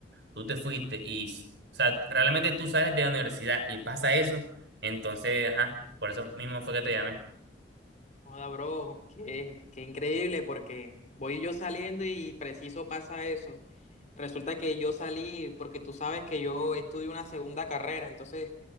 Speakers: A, on the right (about 65°); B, on the left (about 40°).
A: tú te fuiste y, s- o sea, realmente tú sales de la universidad y pasa eso, entonces, ajá, por eso mismo fue que te llamé.
B: Hola, bro, qué, qué increíble porque voy yo saliendo y preciso pasa eso. Resulta que yo salí porque tú sabes que yo estudio una segunda carrera, entonces